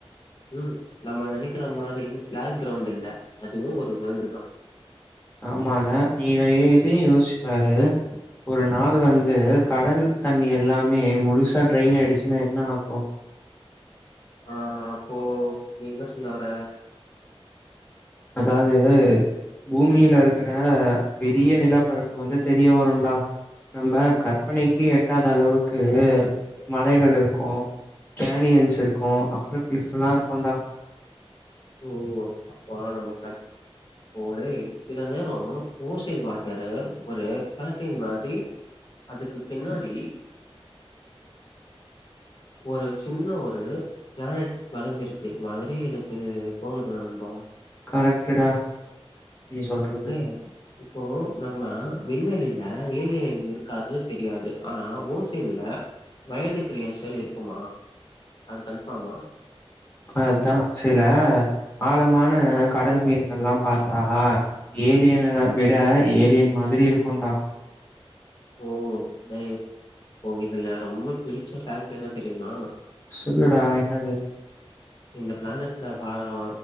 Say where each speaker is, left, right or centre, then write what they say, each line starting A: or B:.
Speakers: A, on the left; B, on the left.
A: ம் நம்ம நெனக்கிற மாரி ஃப்ளாட் கிரௌண்டு இல்ல அதுவு ஒரு வேல்டு தா
B: ஆமால நீ இதையு இதையு யோசிச்சு பாரு ஒரு நாள் வந்து கடல் தண்ணி எல்லாமே முழுசா ட்ரெய்ன் ஆயிடுச்சுன்னா என்ன ஆகு
A: ஆ அப்போ நீ என்ன சொல்ல வர
B: அதாது பூமியில இருக்குற பெரிய நிலப்பரப்பு வந்து தெரிய வருடா நம்ம கற்பனைக்கு எட்டாத அளவுக்கு மலைகள் இருக்கும் கேனியன்ஸ் இருக்கும் அப்புறம் கிளிஃபுல்லா இருக்குண்டா
A: ஓ அப்போ ஆன மக்கான் போடே சில நேரோ ஓசின் வாட்டர ஒரு கர்டைன் மாதிரி அதுக்கு பின்னாடி
B: <inaudible>
A: ஒரு சின்ன ஒரு பிளானட் மறைஞ்சிருக்கு மாதிரி எனக் இது தோணுது நண்பா
B: கரெக்டு டா நீ சொல்றது
A: டே இப்போ நம்ம விண்வெளில ஏலியன் இரு காதுன்னு தெரியாது ஆனா ஓசின்ல வயந்து கிரியேஷன் இருக்குமா அது கன்ஃபாமா
B: அதான் சில ஆழமான கடல் மீன்கள்லாம் பாத்தா ஏலியன விட ஏலியன் மாதிரி இருக்கும்டா
A: ஓ டேய் இதுல ரொம்ப பிடிச்ச ஷர்ட் என்ன தெரியுமா
B: சொல்லுடா என்னது
A: இந்த பிளானட்ஸ்ல பாரோ